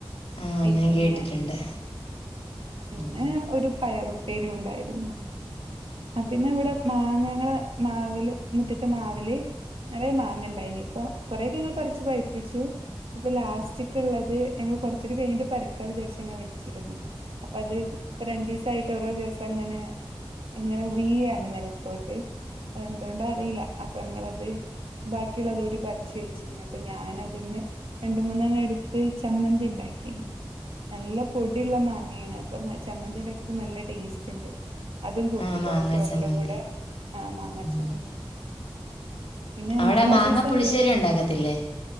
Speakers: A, on the left; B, on the right.
A: ആ
B: പിന്നെ
A: ഞാൻ കേട്ടിട്ടുണ്ട്.
B: പിന്നെ
A: ഉം.
B: ഒരു പയറുപ്പേരി ഉണ്ടായിരുന്നു. പിന്നെവടെ മാങ്ങകള് മാവില് മുറ്റത്തെ മാവില് നെറയെ മാങ്ങണ്ടായിനി പ്പൊ കൊറെയൊക്കെ ങ്ങള് പറിച്ച് പഴ്പ്പിച്ചു. പ്പൊ ലാസ്റ്റക്ള്ളത് ഞങ്ങള് കൊറച്ചൂടി കഴിഞ്ഞിട്ട് പറിക്കാ വിചാരിച്ചങ്ങനെ വെച്ചിരുന്നു അപ്പത് പ്പൊരണ്ടീസായിട്ട് ഓരോ ദിവസങ്ങനെ അങ്ങനെ വീഴാണ് നെലത്തോട്ട് അ എന്തോണ്ടാ അറീല്ല അപ്പൊ ഞങ്ങളത്. ബാക്കിള്ളതൂടി പറിച്ച് വെച് അപ്പൊ ഞാന അതിന്ന് രണ്ട് മൂന്നെണ്ണേട്ത്ത് ചമ്മന്തി ണ്ടാക്കീന് നല്ല പൊടിള്ള മാങ്ങയാണ് അപ്പൊ ചമ്മന്തി ണ്ടാക്കിയപ്പോ നല്ല ടേസ്റ്റ്ണ്ട്. അതും കൂട്ടിട്ടോ
A: ആ മാങ്ങാ
B: ചോറിന്റെ
A: ചമ്മന്തി.
B: കൂടെ ആ മാങ്ങ
A: ഉം.
B: ചമ്മന്തി പിന്നെ
A: അവിടെ
B: മാങ്ങാ സീസൺല്.
A: പുളിശ്ശേരി ഉണ്ടാക്കത്തില്ലേ?